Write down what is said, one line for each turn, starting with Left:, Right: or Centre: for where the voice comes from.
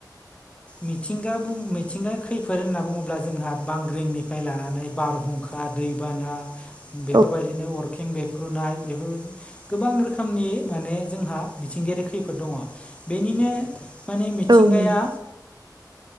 Left: मिथिंगा मिथिंगाया खैफोद होनना बुङोब्ला जोंहा बांग्रिंनिफ्राय लानानै बारहुं अखा दैबाना
Right: औ
Left: बेफोरबायदिनो अरखें बेफ्र्रुनाय बेफोरबायदि गोबां रोखोमनि माने जोंहा मिथिंगायारि खैफोद दङ बेनिनो माने मिथिंगाया
Right: औ नंगौ नोंथां